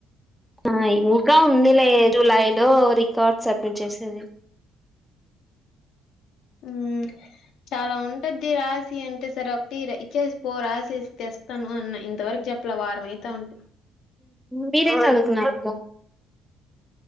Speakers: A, in the centre; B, on the left.
A: ఆ ఇంకా ఉంది లే జూలై లో రికార్డ్ సబ్మిట్ చేసేది
B: ఉ చాలా ఉంటద్ది రాసి అం అంటే సరే ఒకటి ఇచ్చేసి పో రాసేసి తెస్తాను అన్న ఇంతవరకు చెప్పలా వారం అయితా ఉంది
A: మీరేం చదువుకున్నారు